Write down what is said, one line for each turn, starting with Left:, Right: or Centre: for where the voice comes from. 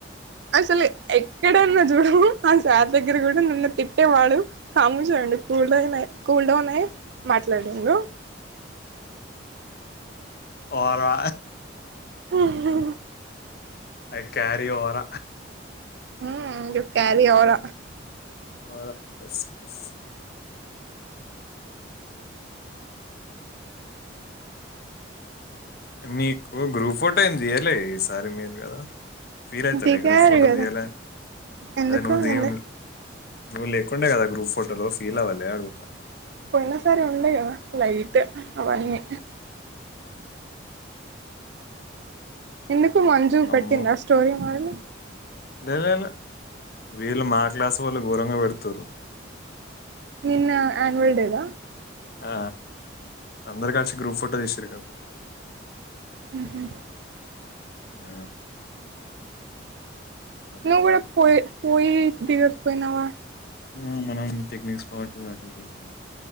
Right: అసలు ఎక్కడన్నా చూడు ఆ సార్ దగ్గర కూడా నన్ను తిట్టేవాడు కాము చూడండి కూల్ డౌన్ అయి కూల్ డౌన్ అయి మాట్లాడాను
Left: ఓల
Right: ఉహ్మ్ హూ
Left: అవి క్యారి ఆవల
Right: ఉమ్ క్యారీ ఆవల
Left: పోవాలా బస్ బస్ నీకు గ్రూప్ ఫొటో ఏమి చేయలే ఈ సారీ మీర్ కదా ఫీల్ అయితలే
Right: దిగారు
Left: గ్రూప్ ఫోటో
Right: కదా
Left: దియాల అని
Right: ఎందుకు
Left: అదే నువ ది <unintelligible>
Right: ఎందు
Left: నువ్వు లేకుండే కదా గ్రూప్ ఫోటోలో ఫీల్ అవ్వాలే అడుగుతా
Right: పోయినా సరి ఉండ కదా లైట్ అవన్నీ ఎందుకు మంజు
Left: అమ్మో
Right: పెట్టిందా స్టోరీ మరీ
Left: లే <unintelligible> వీళ్ళు మా క్లాసు వాళ్లే గోరంఘ పెడతూరు
Right: నిన్న ఆన్యువల్ డేద
Left: ఆ అందరు కలిసి గ్రూప్ ఫోటో తీస్తారు కాబట్టి
Right: ఊహు
Left: ఆ, ఇంకా.
Right: ను కూడా పో పోయి దిగపోయినావా
Left: ఆ మనం పిక్నిక్ స్పాట్ అటెటో పోయాం